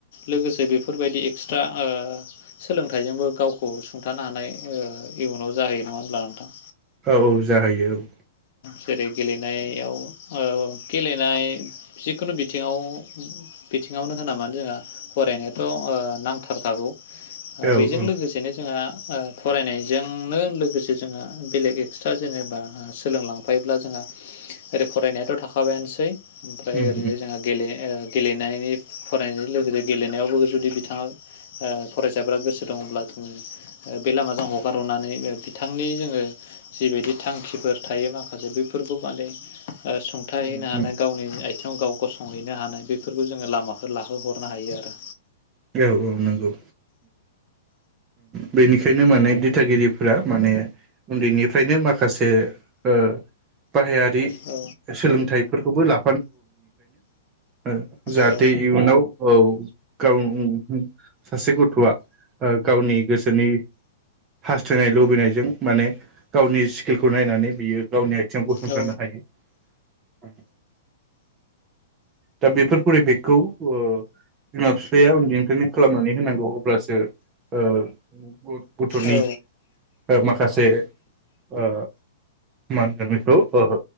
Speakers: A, on the left; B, on the right.
A: लोगोसे बेफोरबायदि एक्सट्रा ओ सोलोंथाइजोंबो गावखौ सुंथानो हानाय ओ इयुनाव जाहैयो नङा होमब्ला नोंथां।
B: औ औ जाहैयो औ।
A: जेरै गेलेनायाव ओ गेलेनाय जिखुनु बिथिङाव बिथिङावनो होनामोन जोंहा फरायनायाथ' नांथारखागौ।
B: औ
A: बेजों
B: औ
A: लोगोसेनो जोंहा फरायनायजोंनो लोगोसे जोंहा बेलेग एक्सट्रा जेनेबा ओ सोलोंलांफायोब्ला जोंहा ओरै फरायनायाथ थाखाबायानोसै। ओमफ्राय
B: उम
A: ओरै जोंहा गेले ओ गेलेनायनि फरायनायनि लोगोसे गेलेनायावबो जुदि बिथाङा ओ फरायसाफोरा गोसो दङब्ला जों बे लामाजों हगारहरनानै बिथांनि जोङो जिबायदि थांखिफोर थायो माखासे बैफोरखौ माने ओ सुंथा
B: उम
A: हैैनो हानाय
B: उम
A: गावनि आथिं। गाव गसंहैनो हानाय बेफोरखौ जोङो लामाफोर लाहोहरनो हायो आरो।
B: औ औ नंगौ। बेनिखायनो माने गिरिफोरा माने उन्दैनिफ्रायनो माखासे ओ बाहायारि
A: औ
B: सोलोंथाइफोरखौबो ला <unintelligible> जाहाथे
A: औ
B: इयुनाव औ। <unintelligible> सासे गथआ ओ गावनि गोसोनि हास्थायनाय लुबैनायजों माने गावनि स्किलखौ नायनानै बियो गावनि जों गसंथानो
A: औ
B: हायो उ दा बेफोर फरिबेकखौ ओ बिमा बिफाया उन्दैनिफ्रायनो खालामनानै होनांगौ अब्लासो ओ गथनि
A: औ
B: ओ माखासे ओ मा होनगोन बेखौओ